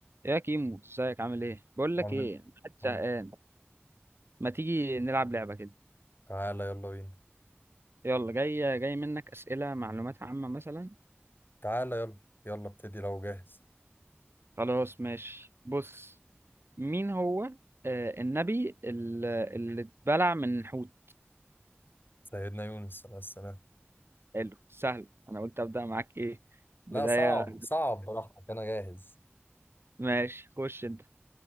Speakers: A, on the right; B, on the left.
A: يا كيمو ازيك عامل ايه بقول
B: عامل
A: لك ايه محدش
B: قول
A: زهقان ما تيجي نلعب لعبه كده
B: تعالى يلا بينا
A: يلا جاي جاي منك اسئله معلومات عامه مثلا
B: تعالى يلا يلا ابتدي لو جاهز
A: خلاص ماشي بص مين هو آه النبي ال- اللي اتبلع من الحوت
B: سيدنا يونس عليه السلام
A: حلو سهل انا قلت ابدا معاك ايه بدايه
B: لا صعب صعب براحتك انا جاهز
A: ماشي خش انت